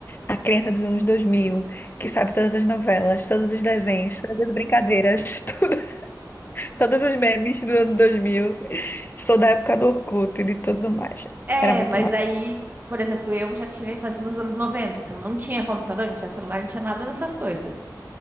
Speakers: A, on the left; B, on the right.
A: a criança dos anos 2000 que sabe todas as novelas, todos os desenhos, todas as brincadeiras. <laughs> Todas os memes do ano 2000. Sou da época do Orkut e de tudo mais.
B: É,
A: Era muito
B: mas
A: mal.
B: daí, por exemplo, eu já tive a infância nos anos 90. então não tinha computador, não tinha celular, não tinha nada dessas coisas.